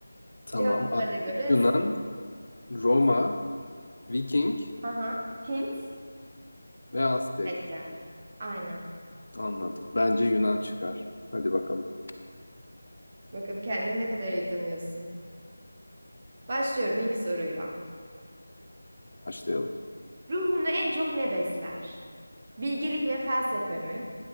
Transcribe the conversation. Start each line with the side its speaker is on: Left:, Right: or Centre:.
Left: Tamam.
Right: Cevaplarına
Left: Antik
Right: göre
Left: Yunan, Roma, Viking
Right: sınıflandırma. Hint.
Left: ve Aztek.
Right: Bekler. Aynen.
Left: Anladım. Bence Yunan çıkar. Hadi bakalım.
Right: Bakın kendini ne kadar iyi tanıyorsun. Başlıyorum ilk soruyla.
Left: Başlayalım.
Right: Ruhunu en çok ne besler? Bilgelik ve felsefe mi?